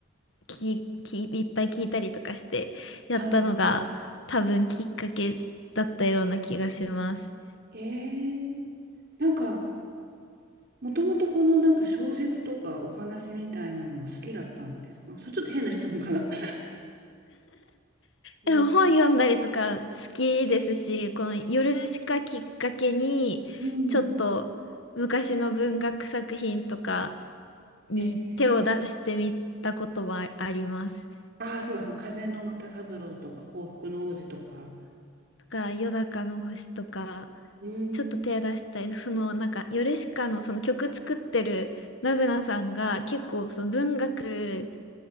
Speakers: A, on the left (about 55°); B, on the right (about 50°).
A: 聞き、き、いっぱい聞いたりとかしてやったのが多分きっかけだったような気がします。
B: はいええなんか、もともとこのなんか小説とかお話みたいなのも好きだったんですかそれちょっと変な質問かな。<laughs> うん
A: え、本読んだりとか好きですし、この夜しかきっかけに、
B: うん。
A: ちょっと昔の文学作品とかに手を出してみたことはあります。
B: <laughs> ええああそうだ、その風の又三郎とか幸福の王子とか。
A: とか、夜中の星とか、
B: うん、
A: ちょっと手出したり、そのなんか、ヨルシカのその曲作ってるナブナさんが結構その文学